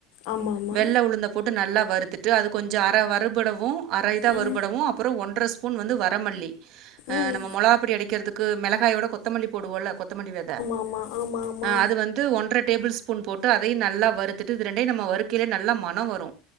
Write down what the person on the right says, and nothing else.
வெள்ள உளுந்த போட்டு நல்லா வறுத்துட்டு அது கொஞ்சோ அரை வறுபடவு அரை இத
வறுபடவு அப்றோ ஒன்ற ஸ் பூன் வந்து வரமல்லி ஆ
நம்ம மொளாகாப்படி அடிக்கிறதுக்கு மிளகாயோட கொத்தமல்லி போடுவோ இல்ல கொத் கொத்தமல்லி வேத
அது வந்து ஒன்றரை டேபிள் ஸ்பூன் போட்டு அதையு நல்லா வறுத்துட்டு இத ரெண்டேயு நம்ம வறுக்கையிலே நல்லா மனே வரு